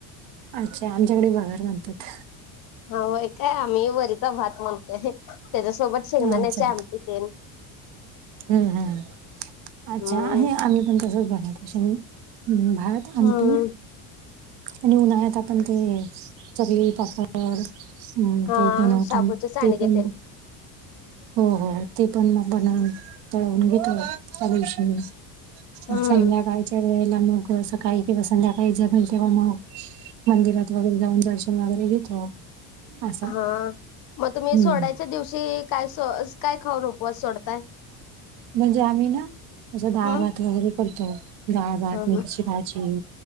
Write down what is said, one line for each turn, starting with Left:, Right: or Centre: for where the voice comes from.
Right: अच्छा. आमच्याकडे भगर म्हणतात.
Left: होय का? आम्ही वरीचा भात म्हणतोय. त्याच्यासोबत शेंगदाण्याची
Right: अच्छा
Left: आमटी तेन.
Right: हम्म हम्. अच्छा
Left: हम्म
Right: आणि <unintelligible> हम्म. भात आमटी-
Left: हम्म
Right: आणि उन्हाळ्यात आपण ते चकली उपासवाली. हम.
Left: हा
Right: ते बनवतो.
Left: शाबूचे सांडगे
Right: ते पण.
Left: तेन
Right: हो हो. ते पण मग बनवून तळून घेतो. <unintelligible>
Left: हम्म
Right: संध्याकाळच्या वेळेला मग सकाळी- किंवा संध्याकाळी जमेल तेव्हा मग मंदिरात वगैरे जाऊन दर्शन वगैरे घेतो. असं
Left: हा. मग तुम्ही
Right: हम्म
Left: सोडायच्या दिवशी काय स काय खाऊन उपवास सोडताय?
Right: म्हणजे आम्ही ना? म्हणजे डाळभात
Left: हम्म
Right: वगैरे करतो. डाळभात,
Left: हम्म
Right: मेथीची भाजी